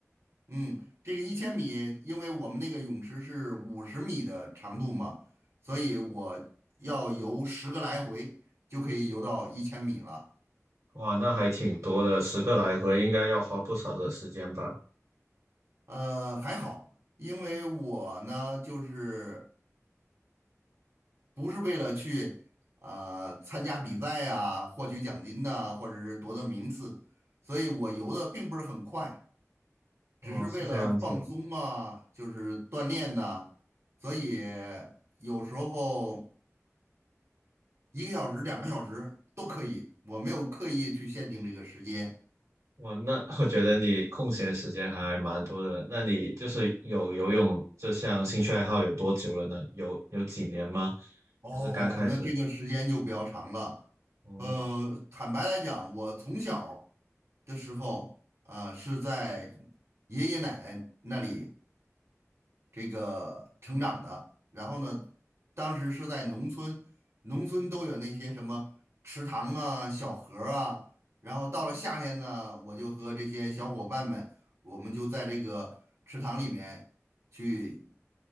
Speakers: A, on the right (about 60°); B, on the right (about 80°).
A: 嗯，这个一千米，因为我们那个泳池是五十米的长度嘛，所以我要游十个来回就可以游到一千米了。
B: 哇，那还挺多的，十个来回应该要花不少的时间吧？
A: 呃，还好，因为我呢就是。不是为了去呃参加比赛啊，获取奖金呐、或者是夺得名次，所以我游的并不是很快，
B: 哦，
A: 只是为了放松啊，
B: 是这样子。
A: 就是锻炼呐、所以有时候一个小时、两个小时都可以，我没有刻意去限定这个时间。
B: 哇，那 <laughs> 我觉得你空闲时间还蛮多的。那你就是有游泳这项兴趣爱好有多久了呢？有有几年吗？
A: 哦，
B: 还是刚开始？
A: 那这个时间就比较长了。
B: 哦，
A: 呃，坦白来讲，我从小的时候，呃，是在爷爷奶奶那里这个成长的。然后呢，当时是在农村，农村都有那些什么池塘啊、小河儿啊。然后到了夏天呢，我就和这些小伙伴们，我们就在这个池塘里面去